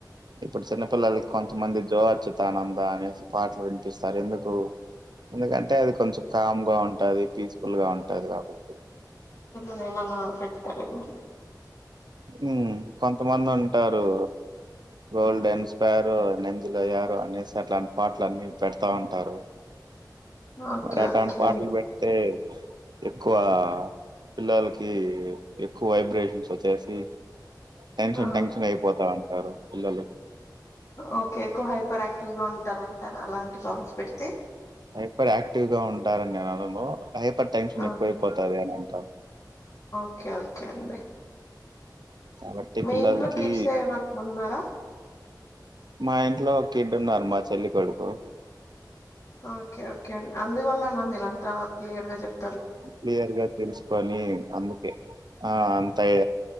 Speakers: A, on the right; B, on the left.
A: ఇప్పుడు చిన్నపిల్లలకి కొంతమంది జో అచ్యుతానంద అనేసి పాటలు వినిపిస్తారు ఎందుకు ఎందుకంటే అది కొంచెం కామ్ గా ఉంటాది. పీస్ గా ఉంటాది కాబట్టి
B: నేన్ మొన్న పెట్టుకోలేదు
A: ఉమ్ కొంతమంది ఉంటారు గోల్డ్ ఎన్ స్పరో నంజలోయారు అనేసట్లాంటి పాటల అన్నీ పెడతా ఉంటారు
B: ఓకే
A: మరాఠాను
B: ఓకే
A: పాటలు పెడితే ఎక్కువ పిల్లలకి ఎక్కువ వైబ్రేషన్స్ వచ్చే అ టెన్షన్
B: ఆ
A: టెన్షన్ అయిపోతాం అంటరు పిల్లలు
B: ఓకే ఎక్కు హైపర్ యాక్టివ్ గా ఉంటరు అంటారా అలాంటి సాంగ్స్ పెడితే
A: హైపర్ యాక్టివ్ గా ఉంటారని ననుము హైపర్ టెన్షన్
B: ఆ
A: ఎక్కువై పోతాది అని అంటం.
B: ఓకే ఓకే అండి
A: కాబట్టి
B: మీ
A: పిల్లలకి
B: ఇంట్లో కిడ్స్ ఏమన్ ఉన్నారా
A: మా ఇంట్లో ఒక కిడ్ ఉన్నారు మా చెల్లి కొడుకు
B: ఓకే ఓకే అందువల్ల మీరంత క్లియర్ గా చెప్
A: క్లియర్ గా తెల్సుకొని అందుకే ఆ అం ఎ